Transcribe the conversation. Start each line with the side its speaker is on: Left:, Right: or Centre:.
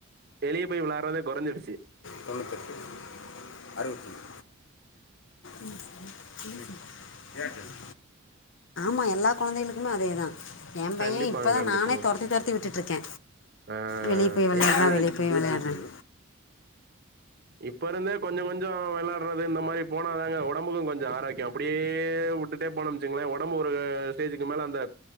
Right: வெளிய போய் விளாட்றதே கொறஞ்சிடுச்சி
Left: போனு கட்டு அறுவத்தென் ம் ஸ ம் ஏர்டெல் மா எல்லா கொழந்தைகளுக்குமே அதேதா ஏ பைய
Right: கண்டிப்பாங்க
Left: இப்பதா
Right: கண்டிப்பாங்க.
Left: நானே தொரத்தி தொரத்தி விட்டுட்டிருக்கே
Right: ஆ
Left: வெளி போய் வெளயாடுறா
Right: ஏன்னா
Left: வெளி போய் வெளயாடுறானு
Right: இப்பருந்தே கொஞ்ச கொஞ்ச வெளயாடுறது இந்த மாரி போனாதாங்க ஒடம்புக்கு கொஞ்ச ஆரோக்கியோ அப்டியே வுட்டு போனு போருல்லனு ச்சுங்களேன் ஒடம்பு ஒரு ஸ்டேஜுக்கு மேல அந்த